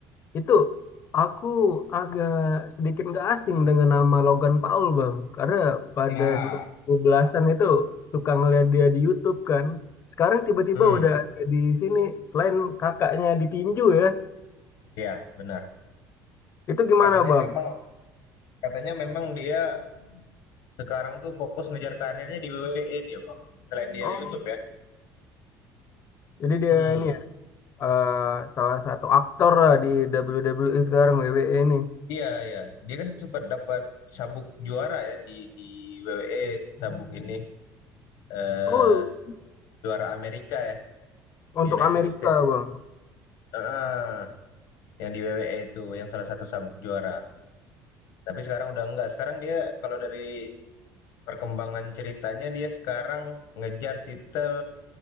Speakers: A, on the left; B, on the left.
A: itu aku agak sedikit nggak asing dengan nama Logan Paul bang karena pada
B: Ya,
A: 2012-an itu suka ngeliat dia di YouTube kan sekarang tiba-tiba
B: Hmm,
A: udah ada di sini selain kakaknya ditinju ya
B: iya benar.
A: itu gimana
B: Katanya
A: bang
B: memang katanya memang dia Sekarang tuh fokus ngejar karirnya di WWE dia, Bang. Selain dia
A: oh
B: YouTube ya.
A: jadi dia
B: Hmm.
A: ini eh, salah satu aktor lah di WWE sekarang WWE ini.
B: Iya, iya. Dia kan sempat dapat sabuk juara ya di di WWE sabuk ini eh
A: Oh,
B: juara Amerika ya,
A: untuk
B: United
A: Amerika
B: States.
A: bang.
B: ah yang di WWE itu yang salah satu sabuk juara. Tapi sekarang udah enggak. Sekarang dia kalau dari perkembangan ceritanya dia sekarang ngejar titel